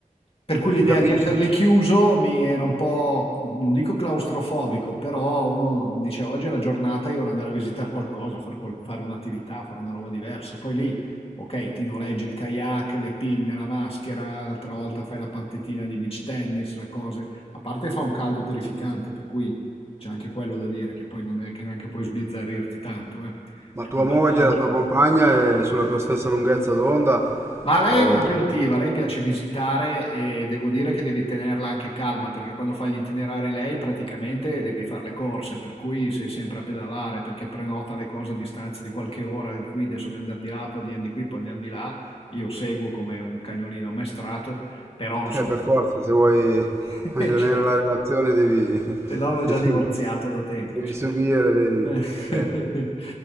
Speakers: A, on the left; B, on the right.
A: Per cui l'idea
B: ti capisco.
A: di essere lì chiuso mi era un po', non dico claustrofobico, però uno dice oggi è la giornata, io vorrei andare a visitare qualcosa, far qual- fare un'attività, fare una roba diversa. Poi lì, ok, ti noleggi il kayak, le pinne, la maschera, altra volta fai la partitina di beach tennis, le cose. A parte fa un caldo terrificante, per cui c'è anche quello da dire, che poi non è che neanche puoi sbizzarrirti tanto, eh.
B: Ma
A: Perché
B: tua
A: il vantaggio...
B: moglie, la tua compagna è sulla tua stessa lunghezza d'onda?
A: Ma lei
B: O...
A: è una più attiva, lei piace visitare e devo dire che devi tenerla anche calma perché quando fa gli itinerari lei praticamente devi fare le corse, per cui sei sempre a pedalare perché prenota le cose a distanza di qualche ora, di qui adesso dobbiamo andare di là, poi andiamo di qui, poi andiamo di là. Io seguo come un cagnolino ammaestrato però insomma,
B: Eh, per forza, se vuoi
A: <laughs>
B: vuoi
A: eh,
B: tenere
A: certo,
B: la relazione devi,
A: se
B: <laughs>
A: no avevo già
B: devi,
A: divorziato da tempo,
B: devi
A: certo.
B: subire, devi...
A: Eh.
B: Eh,
A: <laughs>